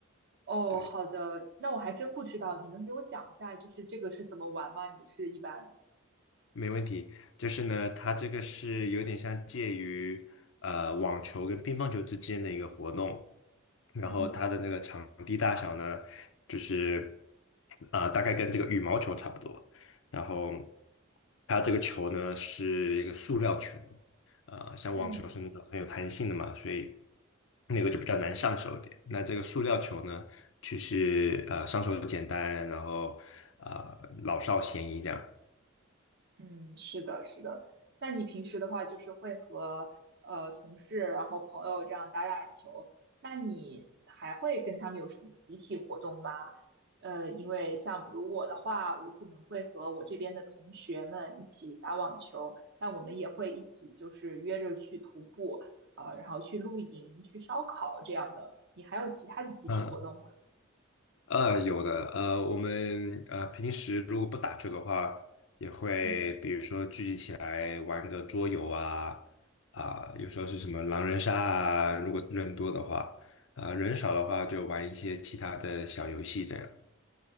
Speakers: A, on the right (about 55°); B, on the left (about 65°).
A: 哦，
B: 对。
A: 好的，那我还真不知道，你能给我讲一下，就是这个是怎么玩吗？你是一般，
B: 没问题，就是呢，它这个是有点像介于呃网球跟乒乓球之间的一个活动，
A: 嗯
B: 然后它的那个场地大小呢，
A: 嗯
B: 就是啊、呃大概跟这个羽毛球差不多，然后它这个球呢是一个塑料球，呃，像网球是那种很有弹性的嘛，
A: 嗯。
B: 所以那个就比较难上手一点。那这个塑料球呢，就是呃上手简单，然后啊、呃老少咸宜这样。
A: 嗯，是的，是的。那你平时的话，就是会和呃同事，然后朋友这样打打球，那你还会跟他们有什么集体活动吗？呃，因为像比如我的话，我可能会和我这边的同学们一起打网球，那我们也会一起就是约着去徒步，呃，然后去露营、去烧烤这样的。你还有其他的集体活动吗？
B: 嗯。呃，有的，呃，我们呃平时如果不打球的话，也会比如说聚集起来玩个桌游啊，
A: 嗯。
B: 啊、有时候是什么狼人杀啊，如果人多的话，啊、人少的话就玩一些其他的小游戏这样。